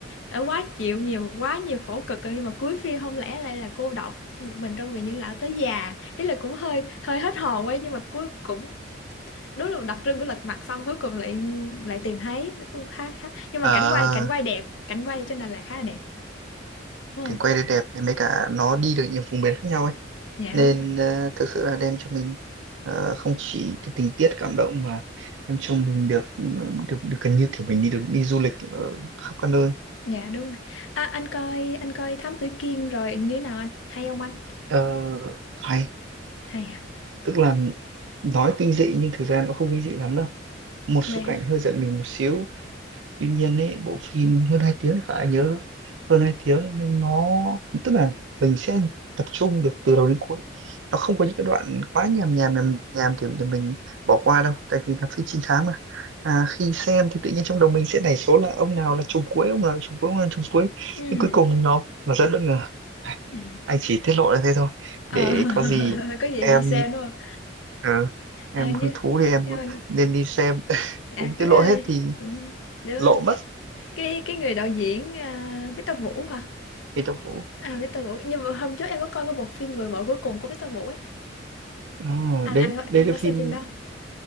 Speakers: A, on the left; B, on the right.
A: đã quá chịu nhiều quá nhiều khổ cực rồi nhưng mà cuối phim không lẽ lại là cô độc một mình trong viện dưỡng lão tới già ý là cũng hơi hơi hết hồn ấy nhưng mà cuối cũng đúng là đặc trưng của lật mặt xong cuối cùng lại lại tìm thấy nó cũng khá khá nhưng mà
B: À,
A: cảnh quay cảnh quay đẹp cảnh quay trên Đà Lạt khá là đẹp đúng
B: cảnh
A: không
B: quay đây đẹp này, mấy cả nó đi được nhiều vùng miền khác nhau ấy
A: dạ
B: nên
A: đúng rồi
B: ờ, thực sự là đem cho mình ờ, không chỉ cái tình tiết cảm động mà đem cho mình được được, được gần như kiểu mình đi được đi du lịch ờ, khắp các nơi
A: dạ đúng rồi à, anh coi anh coi Thám Tử Kiên rồi như thế nào anh hay không anh
B: Ờ, hay
A: hay à
B: tức là nói kinh dị nhưng thực ra nó không kinh dị lắm đâu một số
A: vậy hả
B: cảnh hơi giận mình một xíu tuy nhiên ấy bộ phim hơn 2 tiếng thì khá nhớ hơn 2 tiếng nhưng nó tức là mình sẽ tập trung được từ đầu đến cuối nó không có những cái đoạn quá nhàm nhàm nhàm nhàm thì, thì mình bỏ qua đâu tại vì là phim trinh thám mà à, khi xem thì tự nhiên trong đầu mình sẽ nảy số là ông nào là trùm cuối ông nào là trùm cuối ông nào là trùm cuối
A: ừ
B: nhưng cuối cùng nó nó rất bất ngờ À,
A: ừ
B: anh chỉ tiết lộ là thế thôi
A: ờ
B: để
A: <laughs>
B: có gì
A: có gì
B: em
A: đi xem đúng không
B: ờ, em
A: à, như
B: hứng thú thì em
A: nhưng mà
B: nên đi xem <laughs>
A: à,
B: cũng
A: cái
B: tiết lộ
A: người
B: hết thì
A: ừ, đúng rồi
B: lộ mất
A: cái cái người đạo diễn à, Victor Vũ hả
B: Phi Tốc Vũ
A: à Victor Vũ nhưng mà hôm trước em có coi cái bộ phim Người vợ cuối cùng của Victor Vũ ấy
B: Ờ,
A: anh
B: đấy
A: anh có,
B: đấy
A: em
B: cái
A: có
B: phim
A: xem phim đó